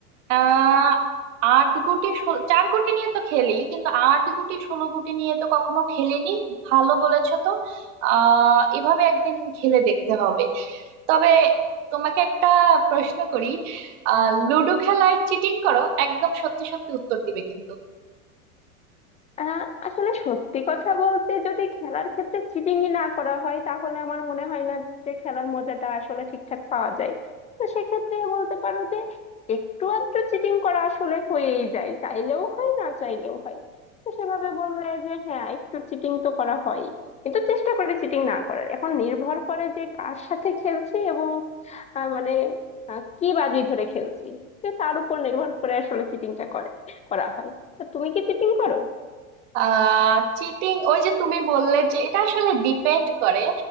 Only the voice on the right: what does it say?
আহ আট গুটি ষোল- চার গুটি নিয়ে তো খেলি কিন্তু আট গুটি ষোলো গুটি নিয়ে তো কখনো খেলিনি ভালো বলেছো তো আহ এভাবে একদিন খেলে দেখতে হবে তবে তোমাকে একটা প্রশ্ন করি আহ লুডো খেলায় চিটিং করো একদম সত্যি সত্যি উত্তর দিবে কিন্তু
আহ চিটিং ওই যে তুমি বললে যে এটা আসলে ডিপেন্ড করে